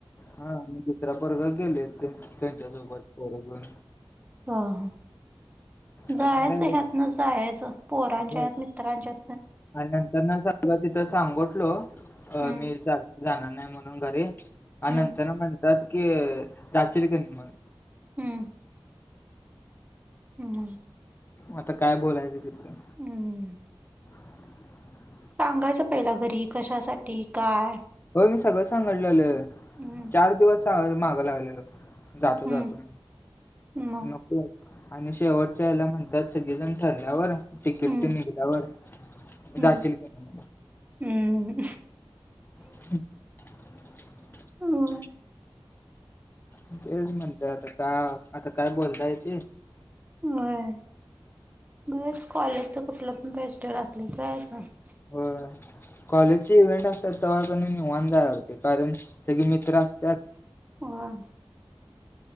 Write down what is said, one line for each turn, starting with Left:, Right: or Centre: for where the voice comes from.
Left: हा दुसरा पोरगा गेले त्यांच्यासोबत बरोबर.
Right: ह जायचं
Left: आणि मी राहिलो
Right: ह्यात ना, जायचं पोरांच्यात
Left: बर
Right: मित्राच्यात.
Left: आणि नंतर ना स तिथं सांगोटलो
Right: हम्म
Left: मी जाणार नाही म्हणून घरी. आणि
Right: हम्म
Left: नंतर म्हणतात की जाशील कणी मग,
Right: हम्म.. हम्म
Left: आता काय बोलयच तिथं.
Right: हम्म
Left: <inaudible>
Right: सांगायचं पहिला घरी कशासाठी काय.
Left: हो मी सगळं सांगितलेलं
Right: हम्म
Left: चार दिवस मागं लागलेलो. जातो,
Right: हम्म
Left: जातो
Right: मग
Left: नको. आणि शेवटच्या यायला म्हणतात सगळेजण ठरल्यावर तिकीट
Right: हम्म
Left: ते निघल्यावर
Right: हम्म
Left: जाशील कणी
Right: हम्म,
Left: हम्,
Right: होय
Left: तेच म्हणल आता का आता काय बोलतायते.
Right: होय गर्ल्स कॉलेजच कुठलं पण फेस्टिवल असल्याच याच. <inaudible>
Left: होय कॉलेजचे इव्हेंट असतात तेव्हा कणी निवांत जायला कारण सगळे मित्र असतात.
Right: होय.